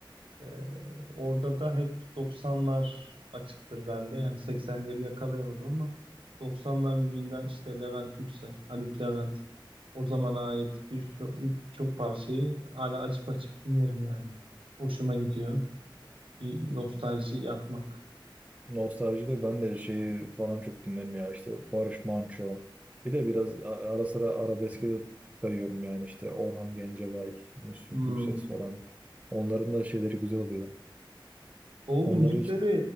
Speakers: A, on the right; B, on the right.
A: Ee, orada da hep 90'lar açıktır bende. Yani 80'leri yakalayamadım ama 90'lar müziğinden işte Levent Yüksel, Haluk Levent o zamana ait bir ço- bir- birçok parçayı hala açıp açıp dinlerim yani. Hoşuma gidiyor. Bir nostalji yapmak.
B: Nostaljide ben de şeyi falan çok dinlerim ya işte Barış Manço. Bir de biraz a- ara sıra arabeske de kayıyorum yani işte Orhan Gencebay, Müslüm
A: Hmm.
B: Gürses falan. Onların da şeyleri güzel oluyor.
A: O
B: Onları
A: müzikleri
B: hiç